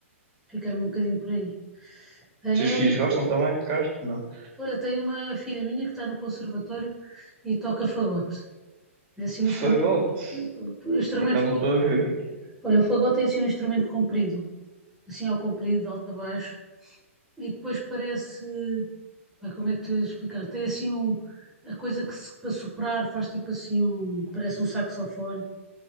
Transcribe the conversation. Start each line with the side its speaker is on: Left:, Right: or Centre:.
Centre: Fiquei um bocadinho por aí. Tenho,
Right: Os seus
Centre: é-
Right: filhos gostam também de tocar? Não.
Centre: olha, tenho uma filha minha que está no conservatório e toca fagote. É assim um
Right: Fagote.
Centre: instrumento, instrumento,
Right: Por acaso não estou a ver aqui.
Centre: olha, o fagote é assim um instrumento comprido, assim ao comprido, de alto a baixo. e depois parece, pá, como é que tu tens de explicar? Tem assim um, a coisa que se- para soprar faz tipo assim um, parece um saxofone.